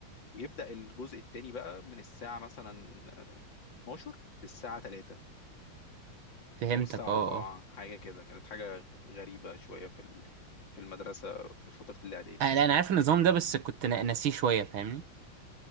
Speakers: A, on the left (about 65°); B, on the right (about 75°).
A: ويبدأ الجزء التاني بقى من الساعة مثلا 12 للساعة 3
B: فهمتك
A: أو الساعة
B: اه
A: 4
B: اه
A: حاجة كده كانت حاجة غريبة شوية في ال- في المدرسة في فترة الإعدادي
B: آه،
A: بس
B: لا انا عارف النظام ده بس كنت نا- ناسيه شوية فاهمني